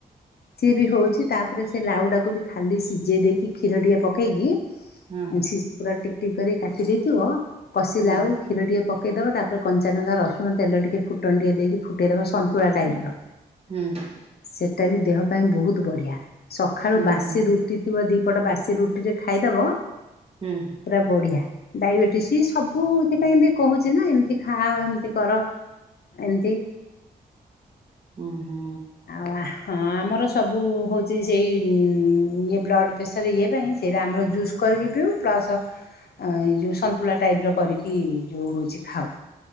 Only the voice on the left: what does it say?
ସିଏ ବି ହଉଚି ତାପରେ ସେ ଲାଉଟାକୁ ବି ଖାଲି ସିଝେଇ ଦେଇକି କ୍ଷୀରଟିଏ ପକେଇକି --
ସିସ ପୁରା ଟିକ ଟିକ କରି କି କାଟି ଦେଇଥିବ କଷିଲାଉଁ
-- କ୍ଷୀର ଟିକେ ପକେଇ ଦେବ ତାପରେ କଞ୍ଚାନଙ୍କା ରସୁଣ ତେଲ ଟିକେ ଫୁଟଣ ଟିକେ ଦେଇକି ଫୁଟାଇଦେବ ସନ୍ତୁଳା ଟାଇପିର।
ସେଇଟା ବି ଦେହ ପାଇଁ ବହୁତ ବଢ଼ିଆ। ସକାଳୁ
ବାସି
ରୁ ଟି ଥିବ ଦିପଟ ବାସି ରୁଟିରେ ଖାଇଦବ- -
ପୁରା ବଢିଆ। ଡାଇବେଟିସ ସବୁଥି ପାଇଁ ବି କହୁଚି ନା ଏମିତି ଖାଅ ଏମିତି କର। ଏମତି।
ଆଉ ଆ ହଁ ଆମର ସବୁ ହୋଉଚି ସେଇ ଉଁ ଉଁ ଇଏ ବ୍ଲଡ଼୍ ପ୍ରେସର ଇଏ ପାଇଁ ସେରା ଆମର ଜୁସ୍ କରିକି ପିଉ ପ୍ଲସ୍ ଏଯେଉଁ ସନ୍ତୁଳା ଟାଇପର କରିକି ଯୋଉଁ ହୋଉଚି କରିକି ଖାଉଁ।